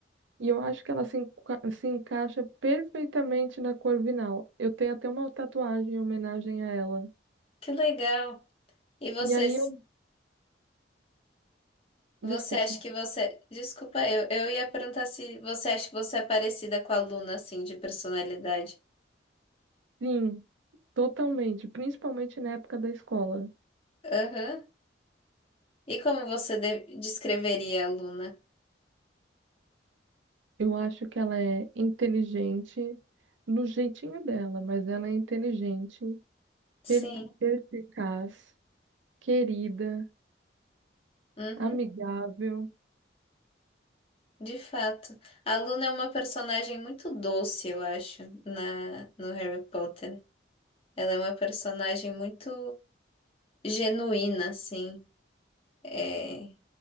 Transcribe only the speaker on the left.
Que legal! E você,
você
acha que você. Desculpa, eu, eu ia perguntar se você acha que você é parecida com a Luna, assim, de personalidade.
Aham. E como você de- descreveria a Luna?
Sim.
Uhum.
De fato. A Luna é uma personagem muito doce, eu acho, na, no Harry Potter. Ela é uma personagem muito genuína, assim. É,